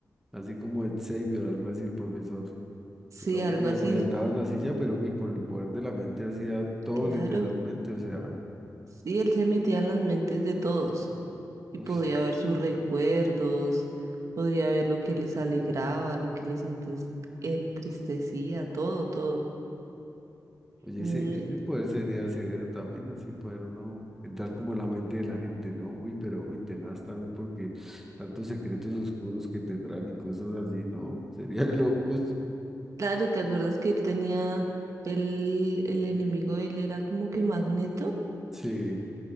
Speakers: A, in the centre; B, on the right.
A: así como Ed Xavier, algo así, el profesor.
B: Sí,
A: El hombre
B: algo así.
A: pues andaba en la silla, pero uy, con el poder de la mente hacía todo
B: Claro.
A: literalmente, o sea,
B: Sí, él se metía en las mentes de todos. y
A: uy,
B: podía ver sus recuerdos, podría ver lo que les alegraba, lo que les entes- entristecía, todo, todo.
A: oye,
B: Mm,
A: ese, ese poder sería severo también, así poder uno entrar como en la mente de la gente, ¿no? Uy, pero uy, tenaz también porque tantos secretos oscuros que tendrán y cosas así, ¿no? Sería de locos.
B: claro, ¿te acuerdas que él tenía, el, el enemigo, él era como que Magneto
A: Sí.